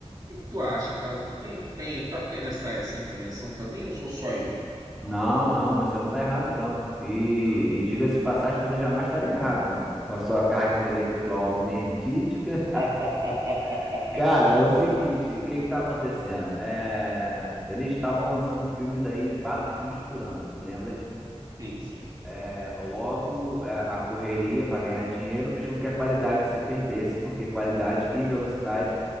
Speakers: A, on the right; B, in the centre.
A: que, que tu acha, cara? Tu tem, tem, tá tendo essa, essa impressão também ou sou só eu?
B: Não, não, você não tá errado, não. E, e diga-se de passagem, você jamais estaria errado, né? Com a sua carga intelectual nerdística.
A: <laughs>
B: <laughs> Cara, é o seguinte, o que que tá acontecendo? É, eles estavam lançando filmes aí, quatro filmes por ano, tu lembra disso?
A: Sim, sim.
B: É, logo, é, a correria para ganhar dinheiro fez com que a qualidade se perdesse, porque qualidade e velocidade